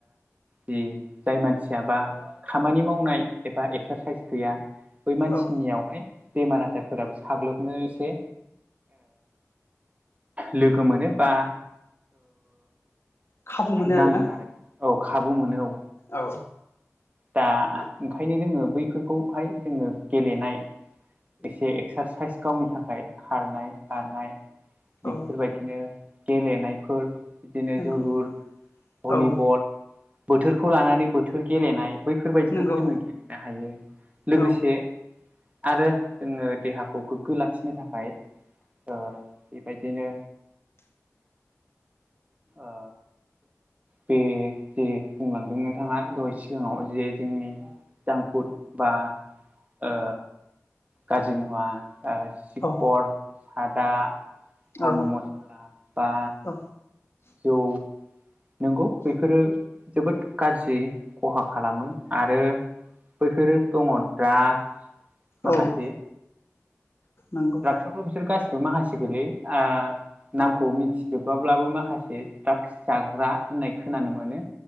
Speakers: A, on the right; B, on the left.
A: जि जाय मानसियाबा खामानि मावनाय एबा एक्सारसाइस गैया बै मानसिनियावहाय
B: औ
A: बेमार आजारफोराबो साग्लोबनो एसे लोगो मोनो बा
B: खाबु मोनो
A: नाङो
B: आरोना
A: आरो औ खाबु मोनो औ
B: औ
A: दा ओंखायनो जोङो बैफोरखौहाय जोङो गेलेनाय एसे एक्सारसाइस गावनि थाखाय खारनाय बारनाय
B: औ
A: बिदिफोरबायदिनो गेलेनायफोर बिदिनो
B: नंगौ
A: जोलुर भलिबल
B: औ
A: बोथोरखौ लानानै बोथोर गेलेनाय बेफोरबायदिखौबो
B: नंगौ
A: जोङो गेलेनो हायो लोगोसे
B: औ
A: आरो जोङो देहाखौ गोग्गो लाखिनो थाखाय दा बेबायदिनो। ओ बे जे बुंलांदों नोंथाङा दहाय सिगाङाव। जे जोंनि जामफुद बा ओ गाज्रि मुवा ओ सिखर
B: औ
A: सादा फान
B: औ
A: मुस बा
B: औ
A: जौ नंगौ बेफोरो जोबोद गाज्रि खहा खालामो आरो बैफोरो दङ ड्रागस माखासे
B: औ नंगौ
A: बेफोरथ' बिसोर गासिबो माखासे गोलैयो ओ नामखौ मिथिजोबाब्लाबो माखासे द्राक्स जाग्रा होननाय खोनानो मोनो